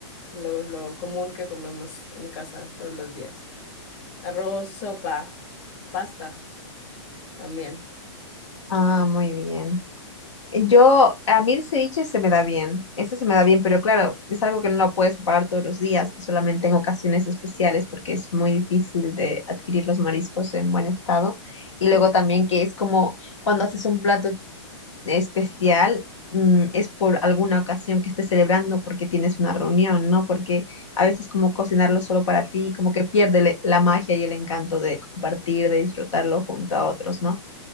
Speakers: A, on the left; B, on the left.
A: lo, lo común que comemos en casa todos los días. Arroz, sopa, pasta también.
B: Ah, muy bien. Yo, a mí el ceviche se me da bien, ese se me da bien, pero claro, es algo que no lo puedes preparar todos los días, que solamente en ocasiones especiales, porque es muy difícil de adquirir los mariscos en buen estado. Y luego
A: Mm,
B: también que es como cuando haces un plato especial, mm, es por alguna ocasión que estés celebrando porque tienes una reunión, ¿no? Porque a veces como cocinarlo solo para ti, como que pierde le- la magia y el encanto de compartir, de disfrutarlo junto a otros, ¿no?